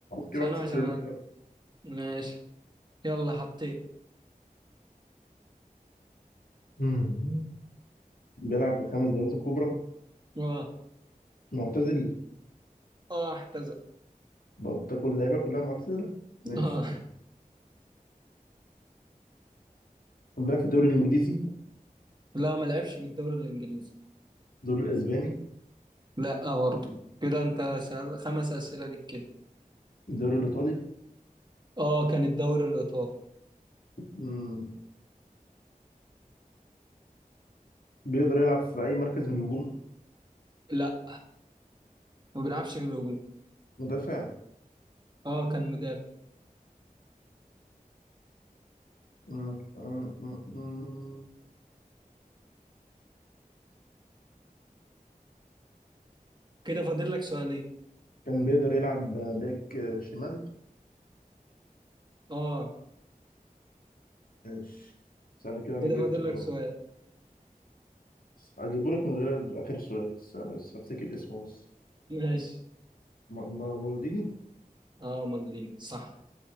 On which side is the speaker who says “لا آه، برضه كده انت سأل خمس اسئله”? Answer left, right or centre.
Right